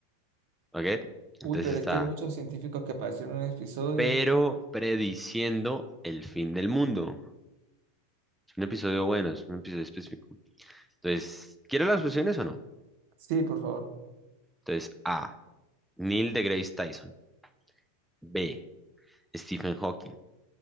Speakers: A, in the centre; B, on the right.
A: ¿Ok?
B: Uy,
A: Entonces
B: pero
A: está,
B: es que hay muchos científicos que aparecieron en un episodio.
A: pero prediciendo el fin del mundo. Es un episodio bueno, es un episodio específico. Entonces, ¿quiere las opciones o no?
B: Sí, por favor.
A: Entonces, A. Neil deGrasse Tyson. B. Stephen Hawking.